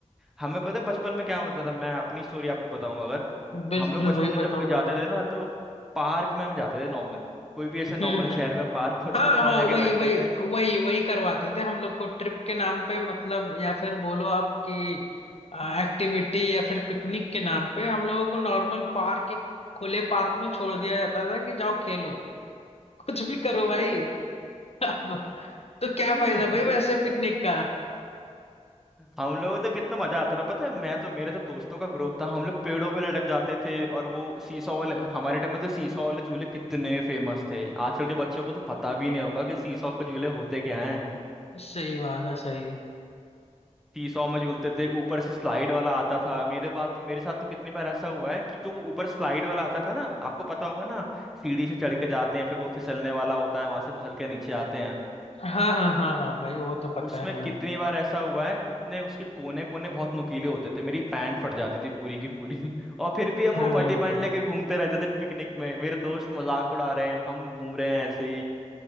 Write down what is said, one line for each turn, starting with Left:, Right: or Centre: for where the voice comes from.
Centre: हमें पता है बचपन में क्या होता था मैं अपनी स्टोरी आपको बताऊं अगर
Left: बिल्कुल
Centre: हम लोग बचपन
Left: भाई
Centre: में
Left: बताओ
Centre: जब कहीं
Left: बताओ
Centre: जाते थे ना तो पार्क में हम जाते थे नॉर्मल कोई भी ऐसे
Left: हम्म
Centre: नॉर्मल शहर
Left: हम्म
Centre: में पार्क <laughs> होता
Left: हाँ
Centre: था तो वहां
Left: हाँ
Centre: जाके
Left: वही
Centre: बैठते
Left: वही
Centre: थे
Left: वही वही करवाते थे हम लोग को ट्रिप के नाम पे मतलब या फिर बोलो आपकी एक्टिविटी या फिर पिकनिक के नाम पे हम लोगों को नॉर्मल पार्क एक खुले पार्क में छोड़ दिया जाता था कि जाओ खेलो <laughs> कुछ भी करो भाई <laughs> अब तो क्या
Centre: <laughs>
Left: फायदा भाई वैसे पिकनिक का
Centre: हम लोग तो कितना मजा आता था पता है मैं तो मेरे तो दोस्तों का ग्रुप था हम लोग पेड़ों पे लटक जाते थे और वो सीसॉ वाले हमारे टाइम में तो सीसॉ वाले झूले कितने फेमस थे आजकल के बच्चों को तो पता भी नहीं होगा कि सीसॉ के झूले होते क्या हैं
Left: सही बात है सही
Centre: सीसॉ में झूलते थे ऊपर से स्लाइड वाला आता था मेरे बात तो मेरे साथ तो कितनी बार ऐसा हुआ है कि जो वो ऊपर स्लाइड वाला आता था ना आपको पता होगा ना सीढ़ी से चढ़ के जाते हैं फिर वो फिसलने वाला होता है वहां से फिसल के नीचे आते हैं
Left: हाँ हाँ हाँ हाँ भाई वो तो पता
Centre: उसमें
Left: है हाँ
Centre: कितनी बार ऐसा हुआ है उतने उसके कोने कोने बहुत नुकीले होते थे मेरी पैंट फट जाती थी पूरी की पूरी <laughs> और फिर भी हम
Left: अरे
Centre: वो फटी
Left: भाई
Centre: पैंट लेके घूमते रहते थे पिकनिक में मेरे दोस्त मजाक उड़ा रहे हैं हम घूम रहे हैं ऐसे ही